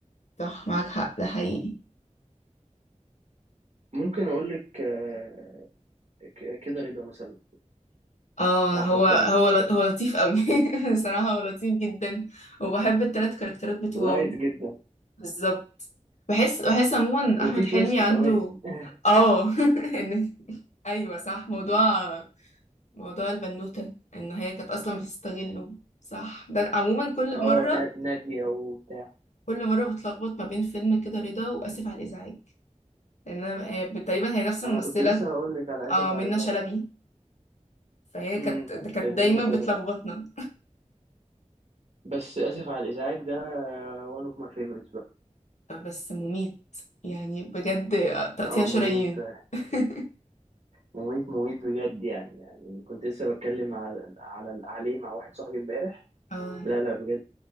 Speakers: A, on the left; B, on the right.
A: صح معاك حق ده حقيقي
B: ممكن اقول لك آه، ك- كده رضا مثلا
A: اه
B: بتاع
A: هو
B: أحمد
A: هو
B: حلمي
A: ل- هو لطيف قوي <laughs> بصراحة هو لطيف جدا وبحب التلات كاركترات بتوعه
B: لايت جدا
A: بالظبط بحس بحس عموما
B: وفي
A: احمد
B: تويست
A: حلمي عنده
B: كمان <laughs>
A: اه <laughs> ان ايوه صح موضوع موضوع البنوتة ان هي كانت اصلا بتستغله صح ده عموما كل
B: اه
A: مرة
B: نا- نادية وبتاع
A: كل مرة بتلخبط ما بين فيلم كده رضا واسف على الازعاج لان أنا- هي- تقريبا هي نفس الممثلة
B: انا كنت لسه هقول لك على اسف
A: اه منة
B: على الازعاج
A: شلبي فهي
B: امم
A: كانت كانت
B: كانت
A: دايما
B: منة شلبي
A: بتلخبطنا
B: بس اسف على الازعاج ده آه، one of my favorites بقى
A: بس مميت يعني بجد تقطيع
B: اه
A: شرايين
B: مميت فعلا
A: <laughs>
B: مميت مميت بجد يعني يعني كنت لسه بتكلم على على عليه مع واحد صاحبي امبارح
A: اه
B: لا لا بجد